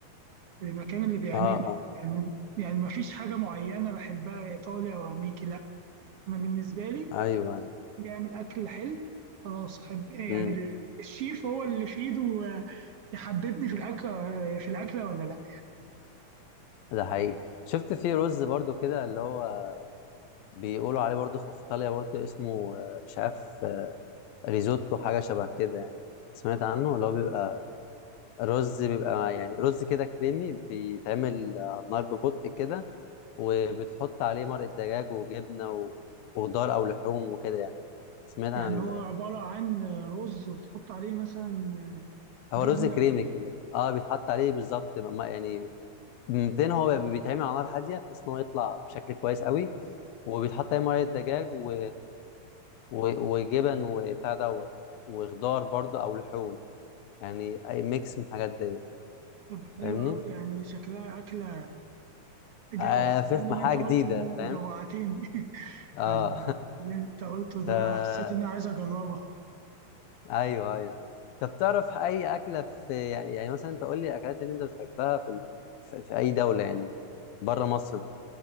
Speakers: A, on the right; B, on the left.
A: المكان اللي بيعمله
B: اه اه
A: يعني يعني مفيش حاجة معينة بحبها إيطالي أو أمريكي لا انا بالنسبه لي
B: ايوه ايوه
A: بيعمل اكل حلو خلاص احب يعني
B: امم
A: ال- الشيف هو اللي في ايده آه، يحببني في الاكل في الاكله ولا لا
B: ده حقيقي شفت في رز برضو كده اللي هو بيقولوا عليه برضو في ايطاليا برضو اسمه آه، مش عارف آه، ريزوتو حاجه شبه كده يعني سمعت عنه اللي هو بيبقى رز بيبقى يعني رز كده كريمي بيتعمل آه، نار ببطء كده وبتحط عليه مرقه دجاج وجبنه و- وخضار او لحوم وكده يعني سمعت عن
A: يعني هو عباره عن آه، رز وتحط عليه مثلا
B: هو
A: آه، جبنه
B: رز كريمي
A: وكده
B: كده اه بيتحط عليه بالظبط ما- ما- يعني مبدئيا هو بي- بيتعمل على نار هاديه بحيث ان هو يطلع بشكل كويس قوي وبيتحط عليه مرقه دجاج و... و... وجبن وبتاع دوت وخضار برضو او لحوم يعني اي ميكس من الحاجات دي
A: طب حلو
B: فاهمني
A: قوي يعني شكلها اكله تجوع
B: آه فخمه
A: فاهم اللي
B: حاجه
A: انت قلته
B: جديده
A: ده
B: فاهم
A: جوعتني <laughs>
B: اه
A: يعني اللي انت قلته ده
B: <laughs> ف...
A: حسيت اني عايز اجربها
B: ايوه ايوه طب تعرف اي اكله في يعني مثلا انت قول لي اكلات اللي انت بتحبها في ال... في... في اي دوله يعني بره مصر مثلا